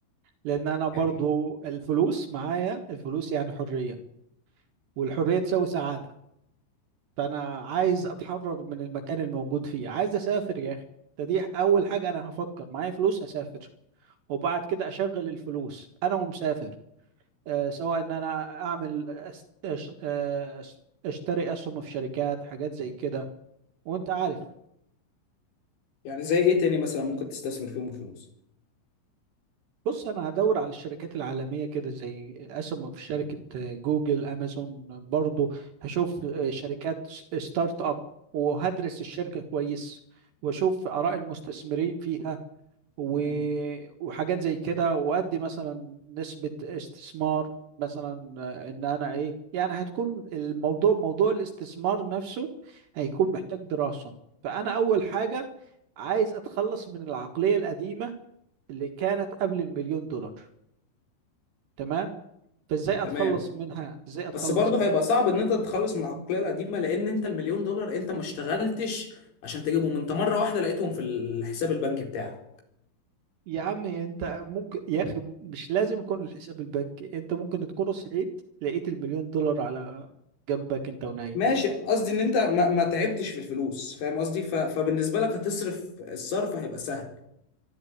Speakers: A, on the right; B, on the left.
A: لان انا برضو
B: يعني
A: الفلوس معايا الفلوس يعني حرية والحرية تساوي سعادة فانا عايز اتحرر من المكان الموجود فيه عايز اسافر يا اخي ده دي اول حاجة انا هفكر معايا فلوس اسافر وبعد كده اشغل الفلوس انا ومسافر آه، سواء ان انا اعمل أس- أش- آه، أش- اشتري اسهم في شركات حاجات زي كده وانت عارف
B: يعني زي ايه تاني مثلا ممكن تستثمر فيهم الفلوس
A: بص انا هدور على الشركات العالميه كده زي اسمه في شركه جوجل امازون برضو هشوف آه، شركات ستارت اب وهدرس الشركه كويس واشوف اراء المستثمرين فيها و...
B: مم.
A: وحاجات زي كده وادي مثلا نسبه استثمار مثلا آه، ان انا ايه يعني هتكون الموضوع موضوع الاستثمار نفسه هيكون محتاج دراسه فانا اول حاجه عايز اتخلص من العقليه القديمه اللي كانت قبل المليون دولار تمام فازاي
B: تمام
A: اتخلص منها ازاي اتخلص
B: بس برضه
A: من...
B: هيبقى صعب ان انت تتخلص من العقلية القديمة لان انت المليون دولار انت ما اشتغلتش عشان تجيبهم انت مرة واحدة لقيتهم في الحساب البنكي بتاعك
A: يا عم انت ممكن يا اخي مش لازم يكون الحساب البنكي انت ممكن تكون صحيت لقيت المليون دولار على جنبك انت ونايم
B: ماشي قصدي ان انت ما, ما تعبتش في الفلوس فاهم قصدي ف... فبالنسبه لك هتصرف الصرف هيبقى سهل